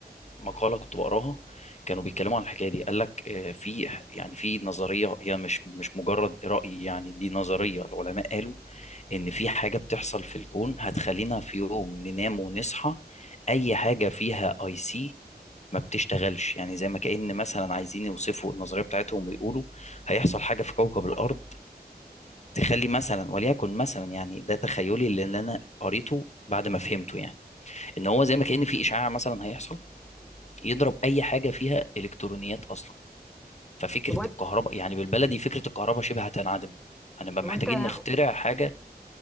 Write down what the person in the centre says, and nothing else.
هو
هو أنت